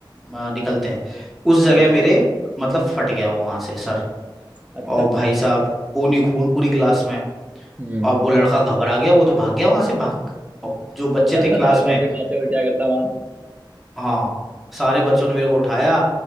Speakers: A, in the centre; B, on the right (about 20°).
A: अ, निकलते हैं उस जगह
B: हाँ
A: मेरे मतलब फट गया वो वहां से सर
B: अच्छा
A: और भाई साहब खून ही खून पूरी क्लास में
B: हम्म
A: और वो लड़का घबरा गया वो तो भाग गया वहां से भाग और जो बच्चे
B: तब
A: थे क्लास
B: तो भागते
A: में
B: फिर वहां से और क्या करता वहाँ
A: हाँ सारे बच्चों ने मेरे को उठाया